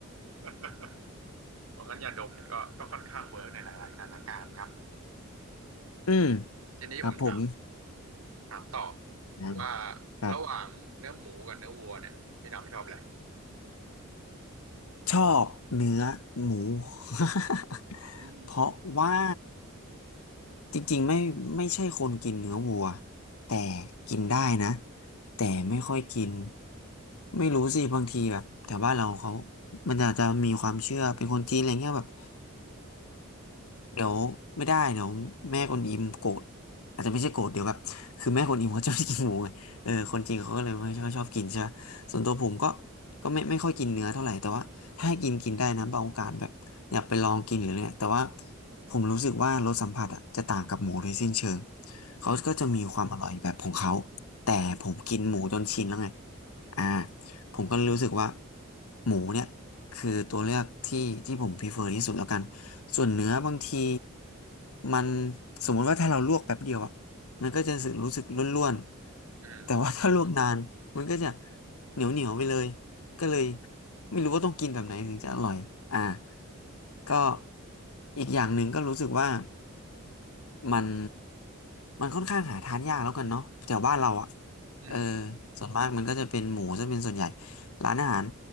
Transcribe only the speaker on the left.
อืม
ครับผม
นะ
ครับ
ชอบเนื้อหมู <laughs>
เพราะว่า จริงๆไม่ไม่ใช่คนกินเนื้อวัวแต่กินได้นะแต่ไม่ค่อยกิน
ไม่รู้สิบางทีแบบแถวบ้านเราเขามันอาจจะมีความเชื่อเป็นคนจีนอะไรเงี้ยแบบ เดี๋ยวไม่ได้เดี๋ยวแม่คนอิมโกรธอาจจะไม่ใช่โกรธเดี๋ยวแบบคือแม่คนอิมเขาชอบกินหมูไงเออคนจริงเขาก็เลยไม่ค่อยชอบกินใช่ปะส่วนตัวผมก็ก็ไม่ไม่ค่อยกินเนื้อเท่าไหร่แต่ว่าถ้าให้กินกินได้นะบางโอกาสแบบอยากไปลองกินหรืออะไรเนี่ยแต่ว่าผมรู้สึกว่ารสสัมผัสอ่ะจะต่างกับหมูโดยสิ้นเชิงเขาก็จะมีความอร่อยแบบของเขา
แต่ผมกินหมูจนชินแล้วไง
อ่าผมก็เลยรู้สึกว่าหมูเนี่ยคือตัวเลือกที่ที่ผมพ r e เ e r ที่สุดแล้วกัน ส่วนเนื้อบางทีมันสมมุติว่าถ้าเราลวกแป๊บเดียวอะมันก็จะรู้สึกรู้สึกร่วนๆแต่ว่าถ้าลวกนานมันก็จะ
เหนียวเหนียวไปเลยก็เลย
ไม่รู้ว่าต้องกินแบบไหนถึงจะอร่อยอ่าก็
อีกอย่างหนึ่งก็รู้สึกว่า มันมันค่อนข้างหาทานยากแล้วกันเนาะแถวบ้านเราอ่ะ
เออส่วนมากมันก็จะเป็นหมูจะเป็นส่วนใหญ่ร้านอาหาร